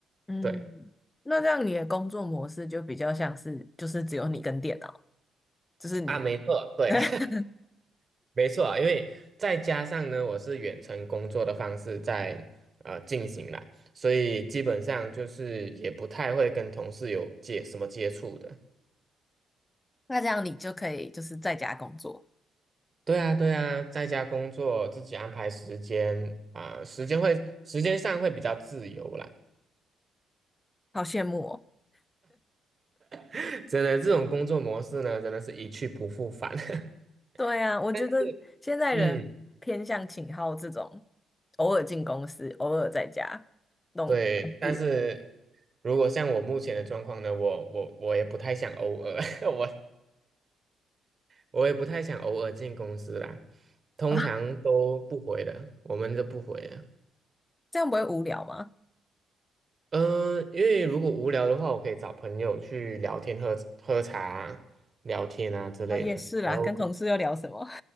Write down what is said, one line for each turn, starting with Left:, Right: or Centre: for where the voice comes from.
Left: 嗯，
Right: 对，
Left: 那这样你的工作模式就比较像是，就是只有你跟电脑，就是你，
Right: 啊，没错，对。
Left: <laughs>
Right: 没错啊，因为再加上呢，我是远程工作的方式在呃进行啦，所以基本上就是也不太会跟同事有接什么接触的。
Left: 那这样你就可以就是在家工作，
Right: 对啊，对啊，在家工作，自己安排时间啊，时间会时间上会比较自由啦。
Left: 好羡慕哦。
Right: <laughs> 真的，这种工作模式呢，真的是一去不复返。
Left: 对啊，
Right: <laughs>
Left: 我觉得现在人偏向请好这种，
Right: 但是，嗯，
Left: 偶尔进公司，偶尔在家，那种比较自由
Right: 对，但是如果像我目前的状况呢，我我我也不太想偶尔，<laughs> 我我也不太想偶尔进公司啦，通常都不回的，
Left: 的啊，
Right: 我们都不回的。
Left: <laughs> 这样不会无聊吗？
Right: 嗯、因为如果无聊的话，我可以找朋友去聊天、喝喝茶啊聊天啊之类的。
Left: 啊，也是啦，
Right: 然后可
Left: 跟同事又聊什么？